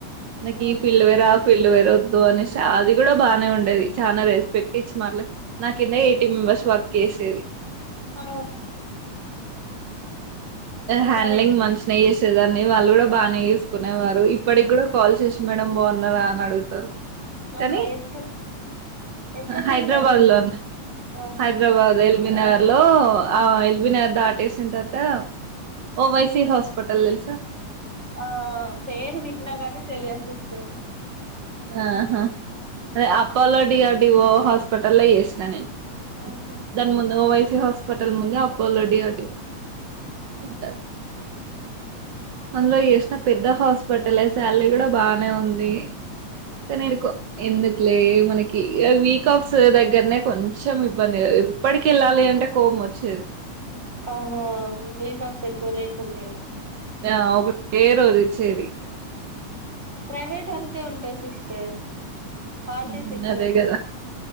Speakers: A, on the right (about 60°); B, on the right (about 20°).
A: నాకు
B: ఆ
A: ఈ ఫీల్డ్ వేరే ఆ ఫీల్డ్ వేర వద్దు అనే అది కూడా బానే ఉండేది చాలా రెస్పెక్ట్ ఇచ్చి నా కిందా ఎయిటీ మెంబర్స్ వర్క్ చేసేది
B: ఆ
A: హ్యాండడ్లింగ్
B: మరి
A: మంచిగా చేసేదాన్ని వాళ్ళు కూడా బానే చూసుకునేవారు ఇప్పటికి కూడా కాల్ చేస మేడం బాగున్నరా అని అడుగుతారు
B: ఆహా
A: కానీ
B: ఎక్కడ ఎక్కడ
A: హైదరాబాద్
B: చేసారు సిస్టర్
A: లో ఉన్నా
B: ఆహా
A: హైదరాబాద్ ఎల్బ నగర్లులో విన దాటేసింతత ఓ వైసి హాస్పిటల్ల్సా
B: ఆ పేరు విన్నగానే తెలియదు సిస్టర్
A: ఆహా అదే లో డిఆర్ డిఓ హాస్పిటల్ లో చేసిన నేను
B: ఆహా
A: దాని ముందు ఓవైసి హాస్పి ఫటల్ ముందే అప్పుల్డీ అటి
B: ఆహా
A: ఉంటారు అందులో చేసిన పెద్ద హాస్పిటల్ శాలరీ కూడా బానే ఉంది కనీ ఎందుకో ఎందుకు లే మనకి వీక్ ఆఫ్స్ దగ్గరనే కొంచెం ఇబ్బంది ఎప్పటికి వెళ్ళాలి అంటే కోపం వచ్చేది
B: ఆహా ఇవి కాస్త ఎక్కువ లేకుండేది
A: ఆ ఒక పేరు ఇచ్చేది
B: ప్రైవేట్ అంతే ఉంటయి సిస్టర్ హాలిడేస్
A: హ్మ్
B: ఎక్కువ
A: అదే
B: ఉండవు
A: కదా